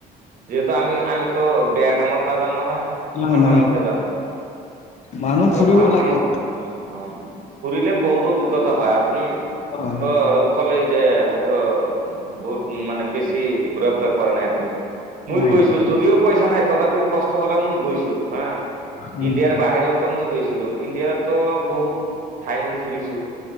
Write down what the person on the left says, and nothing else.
নহয়
নহয়
মানুহ
ফুৰিব
লাগিব
হয় হয়
নাই
নাই